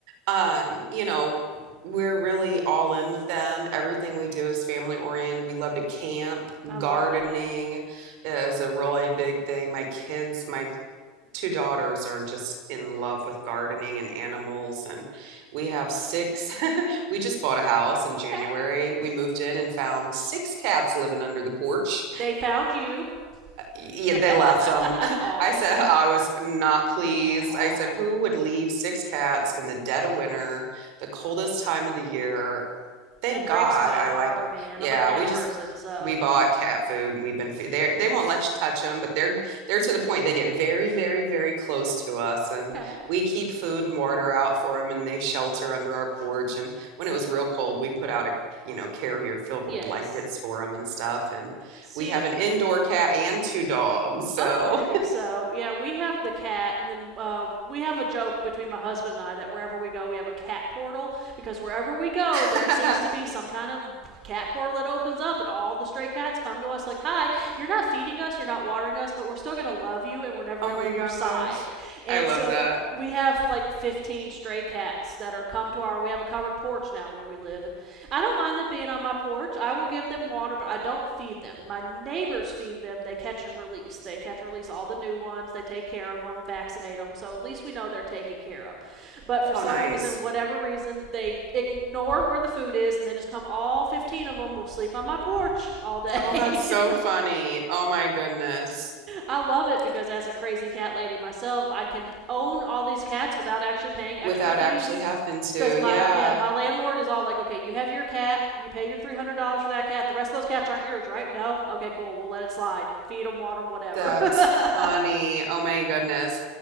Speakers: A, on the right; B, on the right.
A: um, you know, we're really all in with them. Everything we do is family oriented. We love to camp,
B: I
A: gardening
B: love that.
A: is a really big thing. My kids, my two daughters are just in love with gardening and animals and we have six <laughs> we just bought a house in January
B: Okay.
A: we moved in and found six cats living under the porch
B: They found you.
A: yeah
B: <laughs>
A: they left them <laughs>
B: Aw.
A: I said I was not pleased
B: Aw.
A: I said who would leave six cats in the dead of winter the coldest time of the year thank
B: That
A: God
B: breaks my
A: I
B: heart,
A: like,
B: man.
A: yeah,
B: I'm a cat
A: we just
B: person, so.
A: we bought cat food and we've been fe- they they won't let you touch them, but they're they're to the point they get very, very, very close to us and
B: Okay.
A: we keep food and water out for them and they shelter under our porch and when it was real cold, we put out a you know carrier filled
B: Yes.
A: with blankets for them and stuff and
B: Yeah. See,
A: we have an indoor cat and two dogs. So,
B: Okay, so yeah, we have the cat, and then uh, we have a joke between my husband and I that wherever we go, we have a cat portal because wherever we go,
A: <laughs>
B: there seems to be some kind of cat portal that opens up, and all the stray cats come to us like, "Hi, you're not feeding us, you're not watering us, but we're still gonna love you, and we're never
A: oh
B: gonna
A: my
B: leave
A: gosh.
B: your side." And
A: I love
B: so
A: that.
B: we have like 15 stray cats that are come to our we have a covered porch now where we live and I don't mind them being on my porch. I will give them water, but I don't feed them. My neighbors feed them. They catch and release. They catch and release all the new ones. They take care of them, vaccinate them. So at least we know they're taken care of. But for
A: Oh,
B: some
A: nice.
B: reason, whatever reason, they ignore where the food is and they just come all 15 of them will sleep on my porch all day.
A: Oh, that's so
B: <laughs>
A: funny. Oh my goodness.
B: I love it because as a crazy cat lady myself, I can own all these cats without actually paying extra
A: without
B: fees.
A: actually having to.
B: Because my
A: Yeah.
B: yeah, my landlord is all like, okay, you have your cat, you pay your three hundred dollars for that cat. The rest of those cats aren't yours, right? No. Okay, cool. We'll let it slide. Feed them, water them, whatever.
A: That's
B: <laughs>
A: funny. Oh my goodness.